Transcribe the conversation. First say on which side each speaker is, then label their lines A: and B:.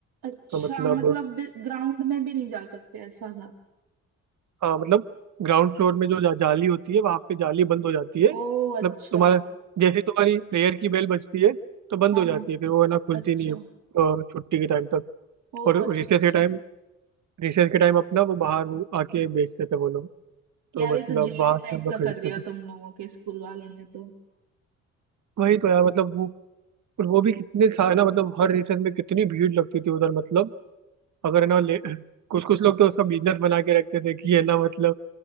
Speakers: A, on the right; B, on the right.
A: अच्छा
B: तो मतलब
A: मतलब ग्राउंड में भी नहीं जा सकते ऐसा था
B: हाँ मतलब ग्राउंड फ्लोर में जो जा, जाली होती है वहाँ पे जाली बंद हो जाती है मतलब
A: ओ अच्छा
B: तुम्हारा जैसे ही तुम्हारी प्रेयर की बेल बजती है तो बंद
A: हाँ
B: हो जाती
A: हाँ
B: है फिर वो है ना खुलती
A: अच्छा
B: नहीं है अ, छुट्टी के टाइम तक
A: ओ
B: और
A: अच्छा
B: रिसेस
A: अच्छा
B: के टाइम रिसेस के टाइम अपना वो बाहर वो आके बेचते थे वो लोग तो
A: यार ये
B: मतलब
A: तो जेल
B: बाहर से
A: टाइप
B: हम लोग
A: का
B: खरीदते
A: कर दिया
B: थे
A: तुम लोगों के स्कूल वालों ने तो
B: वही तो यार मतलब वो और वो भी कितने था ना मतलब हर रिसर्च में कितनी भीड़ लगती थी उधर मतलब अगर है ना ले कुछ कुछ लोग तो उसका बिजनेस बना के रखते थे कि ये ना मतलब